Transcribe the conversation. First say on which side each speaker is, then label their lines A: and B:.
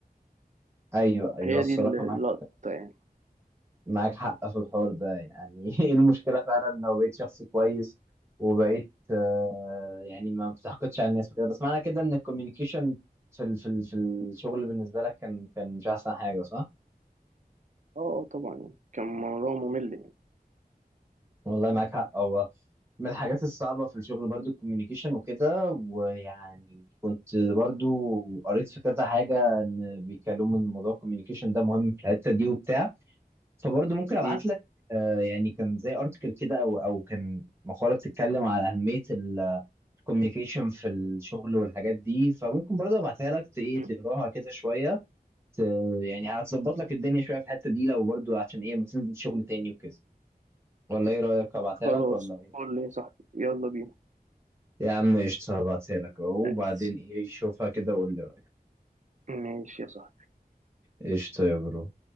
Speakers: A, on the right; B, on the right.
A: ايوه ايوه
B: هي
A: الصراحه
B: دي ال- اللقطه
A: معاك
B: يعني
A: معاك حق في الحوار ده يعني <laughs> ايه المشكلة فعلا لو بقيت شخص كويس وبقيت آه، يعني ما بتحقدش على الناس وكده بس معنى كده ان الكوميونيكيشن في ال في ال في الشغل بالنسبة لك كان كان مش احسن حاجة صح؟
B: اه آه، طبعا يعني كان موضوع ممل يعني
A: والله معاك حق هو من الحاجات الصعبة في الشغل برضو الكوميونيكيشن وكده ويعني كنت برضو قريت في كذا حاجة ان بيتكلموا ان موضوع الكوميونيكيشن ده مهم في الحتة دي وبتاع فبرضه ممكن ابعت
B: مم.
A: لك آه، يعني كان زي ارتكل كده او او كان مقاله بتتكلم على اهميه الكوميونيكيشن في الشغل والحاجات دي فممكن برضه ابعتها لك ت- ايه
B: مم.
A: تقراها كده شويه ت- يعني هتظبط لك الدنيا شويه في الحته دي لو برضه عشان ايه ما تنزل شغل تاني وكده ولا ايه رايك ابعتها
B: خلاص
A: لك ولا ايه
B: قول لي يا صاحبي يلا بينا
A: يا عم قشطه هبعتها لك أهو،
B: ماشي
A: وبعدين ايه شوفها كده وقول لي رايك
B: ماشي يا صاحبي
A: قشطه يا برو